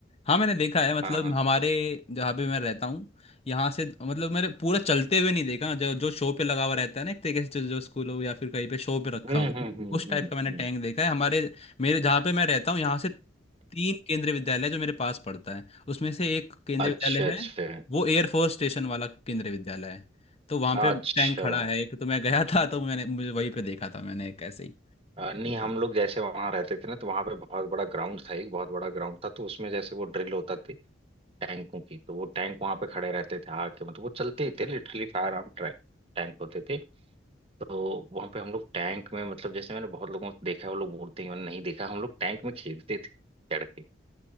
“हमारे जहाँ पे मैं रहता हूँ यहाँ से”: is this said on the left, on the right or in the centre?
Left